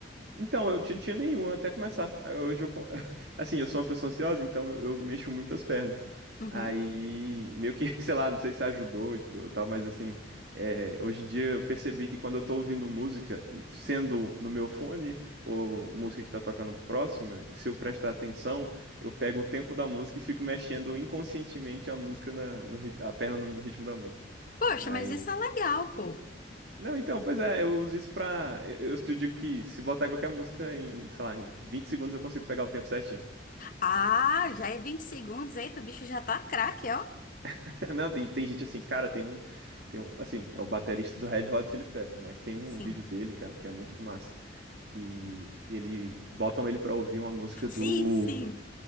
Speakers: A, on the right; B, on the left.
A: Então, eu tinha, tinha nenhum até começar. Aí Hoje eu, co- <laughs> assim, eu sou uma pessoa ansiosa, então eu, eu mexo muito as pernas.
B: Uhum.
A: Aí, meio que, <laughs> sei lá, não sei se ajudou e ou tal, mas assim, é, hoje em dia eu percebi que quando eu tô ouvindo música, sendo no meu fone, ou música que tá tocando próxima, que se eu prestar atenção, eu pego o tempo da música e fico mexendo inconscientemente a música na, no, rit- a perna no ritmo da música.
B: Poxa,
A: Aí
B: mas isso é legal, pô.
A: não, então, pois é, eu uso isso pra. Eu, eu te digo que se botar qualquer música em, sei lá, em 20 segundos eu consigo pegar o tempo certinho.
B: Ah, já é 20 segundos. Eita, o bicho já tá craque, ó.
A: <laughs> Não, tem, tem gente assim, cara, tem um, tem um. Assim, é o baterista do Red Hot Chili Peppers, mas tem um
B: Sim.
A: vídeo dele, cara, que é muito massa. Que ele. Botam ele pra ouvir uma música do.
B: Sim, sim.